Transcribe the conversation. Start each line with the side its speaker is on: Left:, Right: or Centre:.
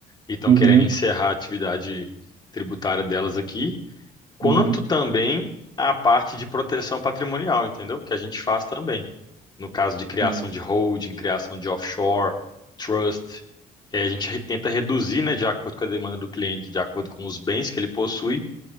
Left: e estão
Right: Uhum,
Left: querendo encerrar a atividade tributária delas aqui, quanto
Right: uhum.
Left: também a parte de proteção patrimonial, entendeu? Que a gente faz também. no caso de criação
Right: Sim,
Left: de holding, criação de offshore, trust, que aí a gente re- tenta reduzir, né, de acordo com a demanda do cliente, de acordo com os bens que ele possui,